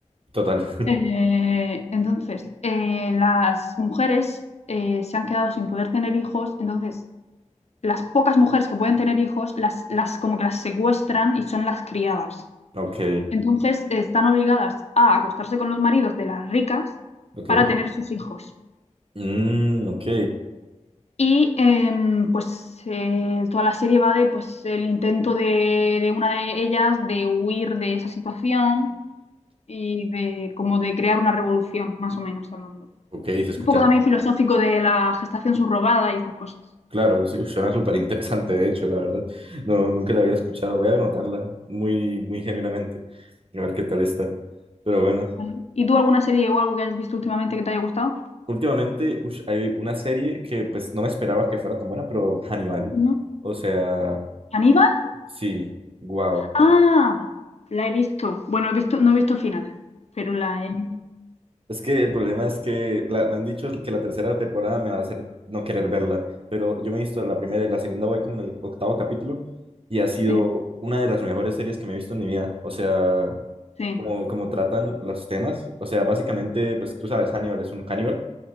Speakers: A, on the right; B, on the left.
A: total.
B: Eh, entonces, eh, las mujeres eh, se han quedado sin poder tener hijos, entonces las pocas mujeres que pueden tener hijos, las, las como que las secuestran y son las criadas.
A: Ok,
B: Entonces eh, están obligadas a acostarse con los maridos de las ricas
A: ok.
B: para tener sus hijos.
A: Mm, ok.
B: Y em, pues eh, toda la serie va de pues el intento de, de una de ellas de huir de esa situación y de como de crear una revolución, más o menos hablando.
A: Ok, se escucha.
B: Es un poco también filosófico de la gestación subrogada y estas cosas.
A: Claro, sí, <laughs> uf, suena súper interesante, de hecho, la verdad. No, nunca la había escuchado. Voy a anotarla muy, muy genuinamente, a ver qué tal está. Pero bueno,
B: Ujú. ¿Y tú alguna serie o algo que hayas visto últimamente que te haya gustado?
A: últimamente ush, hay una serie que pues no me esperaba que fuera tan buena, pero Hannibal.
B: Ujú.
A: O sea,
B: ¿Aníbal?
A: sí, wow.
B: Ah, la he visto. Bueno, he visto, no he visto el final, pero la he...
A: es que el problema es que la- me han dicho que la tercera temporada me va a hacer no querer verla, pero yo me he visto la primera y la segunda voy como en el octavo capítulo y ha sido
B: Sí,
A: una de las mejores series que me he visto en mi vida. O sea...
B: sí,
A: como, como tratan los temas. O sea, básicamente, pues tú sabes, Hannibal es un caníbal.